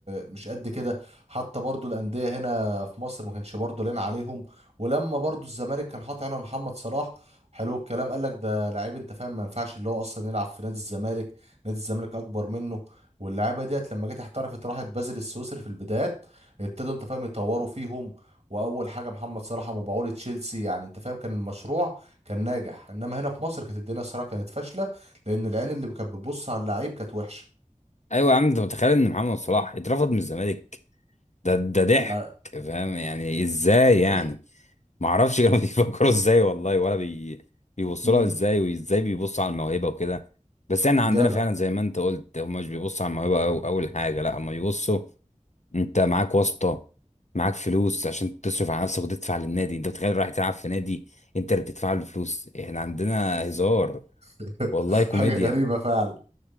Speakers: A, on the right; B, on the left.
A: مش قد كده حتى برضو الانديه هنا في مصر ما كانش برضو لنا عليهم ولما برضو الزمالك كان حاطط هنا محمد صلاح حلو الكلام قال لك ده لعيب انت فاهم ما ينفعش اللي هو اصلا يلعب في نادي الزمالك نادي الزمالك اكبر منه واللعيبه ديت لما جت احترفت راحت بازل السويسري في البدايات ابتدوا انت فاهم يطوروا فيهم واول حاجه محمد صلاح مبيعوه لتشيلسي يعني انت فاهم كان المشروع كان ناجح انما هنا في مصر كانت الدنيا الصراحه كانت فاشله لان العين اللي كانت بتبص على اللعيب كانت وحشه
B: ايوه يا عم انت متخيل ان محمد صلاح اترفض من الزمالك ده ده ضحك
A: يعني
B: فاهم يعني ازاي يعني
A: <laughs>
B: ما اعرفش كانوا <laughs> بيفكروا ازاي والله ولا بي... بيبصوا
A: امم
B: لها ازاي وازاي بيبصوا على الموهبه وكده بس احنا عندنا
A: جدع
B: فعلا زي ما انت قلت هم مش بيبصوا على الموهبه أو اول حاجه لا هم بيبصوا انت معاك واسطه معاك فلوس عشان تصرف على نفسك وتدفع للنادي انت متخيل رايح تلعب في نادي انت اللي بتدفع له فلوس احنا عندنا هزار
A: <laughs>
B: والله كوميديا
A: حاجه غريبه فعلا